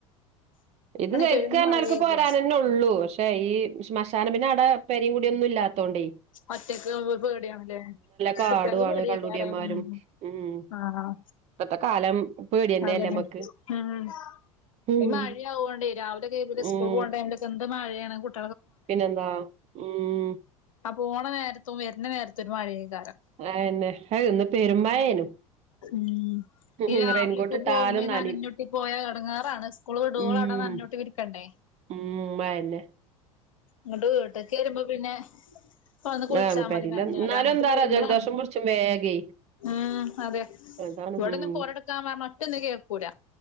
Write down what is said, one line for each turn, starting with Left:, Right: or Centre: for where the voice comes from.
Right: ഇത് ശെരിക്ക്
Left: പെരും
Right: പറഞക്കോൽക്ക്
Left: മഴയല്ലേ
Right: പോരാനെന്നെ ഉള്ളൂ പക്ഷേ ഈ ശ്മശാനം പിന്നവടെ പെരം കുടിം ഒന്നുല്ലാത്തോണ്ടേ
Left: ഒറ്റക്കാകുമ്പോ പേടിയാണ് ലെ
Right: കാടു
Left: കുട്ട്യാക്ക്
Right: ആണ്
Left: പേടിയേക്കാരം
Right: കള്ളുടിയന്മാരും
Left: ഉം
Right: ഉം
Left: ആഹ്
Right: ഇപ്പത്തെ കാലം പേടിയന്നെല്ലേ
Left: അതെന്നെ
Right: നമ്മക്ക്
Left: ഉം ഉം
Right: ഉം
Left: ഇ മഴയാവോണ്ടേ രാവിലെ കെ പിന്നെ
Right: ഉം
Left: സ്കൂളിൽ പോണ ടൈമിലൊക്കെ എന്ത് മഴേണ് കുട്ട്
Right: പിന്നെന്താ ഉം
Left: അ പോണ നേരത്തും വെര്ണ നേരത്തും ഒരു മഴേക്കാരം
Right: അതെന്നെ ഇന്ന് പെരുമഴേനു
Left: ഉം
Right: ഉം
Left: ഈ രാവിലെയൊക്കെ
Right: റെയിൻകോട്ട് ഇട്ടാലും
Left: പോകുമ്പോ ഇ
Right: നനയും
Left: നനഞൊട്ടി പോയാ എടങ്ങേറാണ് സ്കൂള് വിടുവോളം
Right: ഉം
Left: അവടെ നനഞൊട്ടി ഇരിക്കണ്ടേ
Right: ഉം അതെന്നെ
Left: ങ്ങട്ട് വീട്ട്ക്ക് വെരുമ്പൊ പിന്നെ പ്പ വന്ന് കുളിച്ചാ
Right: ആഹ് പെരേല്
Left: മതി നനഞ്ഞാലും
Right: എന്നാലും
Left: അങ്ങട്ട്
Right: എന്താറ
Left: പോകുമ്പളാണ്
Right: ജലദോഷം പിടിച്ചും വേഗേ
Left: ഉം അതെ
Right: അതാണ്
Left: ഇവടൊന്നും
Right: ഉം
Left: കൊടട്ക്കാൻ പർഞാ ഒറ്റൊന്നും കേക്കൂല